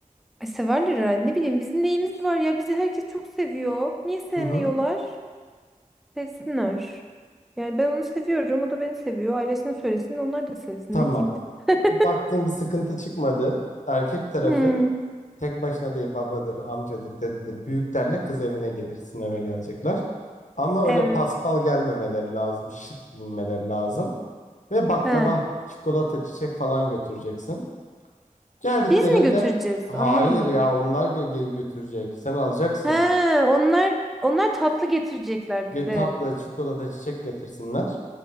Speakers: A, in the centre; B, on the left (about 60°).
A: Ay severler herhalde. Ne bileyim bizim neyimiz var ya. Bizi herkes çok seviyor. Niye sevmiyorlar?
B: Hı hı.
A: Sevsinler. Yani ben onu seviyorum, o da beni seviyor. Ailesine söylesin, onlar da sevsin.
B: Tamam.
A: Ne diyeyim? <laughs>
B: Baktığın bir sıkıntı çıkmadı. Erkek tarafı
A: Hmm,
B: tek başına değil babadır, amcadır, dededir. Büyüklerle kız evine gelir. Sizin eve gelecekler. Ama
A: evet.
B: öyle paspal gelmemeleri lazım. Şık giyinmeleri lazım. Ve baklava,
A: He.
B: çikolata, çiçek falan götüreceksin. Geldiklerinde
A: Biz mi götüreceğiz?
B: hayır
A: Anlamadım.
B: ya onlar gö- götürecek. Sen alacaksın.
A: He, onlar onlar tatlı getirecekler
B: Ge-
A: bir de.
B: Tatlı, çikolata, çiçek getirsinler.